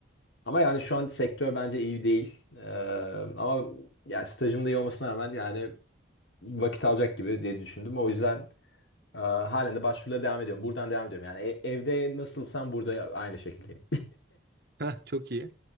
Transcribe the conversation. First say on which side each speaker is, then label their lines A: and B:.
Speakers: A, on the left; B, on the right.
A: ama yani şu an sektör bence iyi değil. Ee, ama ya stajım da iyi olmasına rağmen yani vakit alacak gibi diye düşündüm. O yüzden e, halen de başvurulara devam ediyorum. Buradan devam ediyorum. Yani e- evde nasılsam burada aynı şekildeyim.
B: Heh, çok iyi.